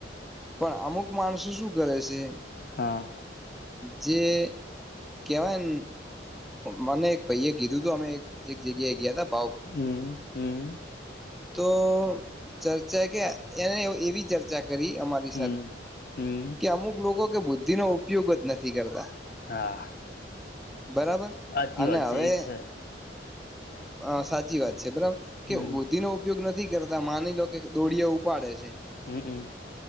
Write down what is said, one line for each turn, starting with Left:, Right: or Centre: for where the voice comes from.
Centre: પણ અમુક માણસો શું કરે છે
Left: હા
Centre: જે કેવાયમ મને એક ભાઈ એ કીધું તું અમે એક જગ્યાએ ગયા થા
Left: હમ. હમ.
Centre: તો ચર્ચા કે એને એવી ચર્ચા કરી અમારી
Left: હમ હમ
Centre: કે અમુક લોકો કે બુદ્ધિ નો ઉપયોગ જ નથી કરતા.
Left: હા
Centre: બરાબર.
Left: સાચી
Centre: અને
Left: વાત
Centre: હવે
Left: છે એ છે
Centre: હ સાચી વાત છે બરાબર કે
Left: હમ
Centre: બુદ્ધિ નો ઉપયોગ નથી કરતા માની લો કે દોડીિયા ઉપાડે છે.
Left: હમ. હમ.